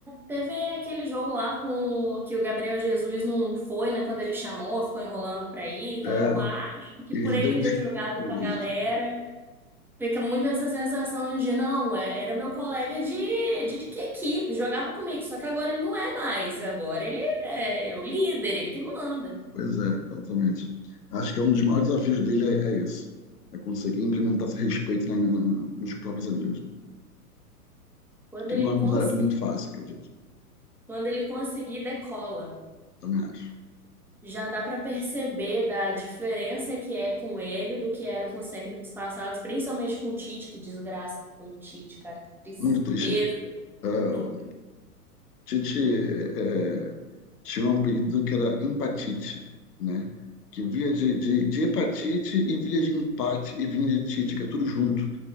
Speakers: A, in the centre; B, on the left (about 75°).
A: teve aquele jogo lá com que o Gabriel Jesus não foi, né, quando ele chamou, ficou enrolando pra ir. Então
B: É,
A: eu acho que
B: ele
A: por ele
B: deu um...
A: ter jogado
B: Isso,
A: com a galera, fica muito essa sensação de não, é, era meu colega de, de que equipe, jogava comigo, só que agora ele não é mais, agora ele é, é o líder, ele que manda.
B: pois é, exatamente. Acho que é um dos maiores desafios dele é, é isso, é conseguir implementar esse respeito na, na- na- nos próprios amigos, né?
A: Quando
B: Que
A: ele
B: não é
A: conseguir,
B: uma tarefa muito fácil, acredito,
A: quando ele conseguir, decola.
B: também acho.
A: já dá para perceber da diferença que é com ele do que era com os técnicos passados, principalmente com o Tite, que desgraça que foi o Tite, cara, que tristeza.
B: Muito triste. né? É, o
A: Não-
B: Tite é, tinha um apelido que era empatite, né? Que via de, de, de hepatite e via de empate e vinha de tite, que é tudo junto.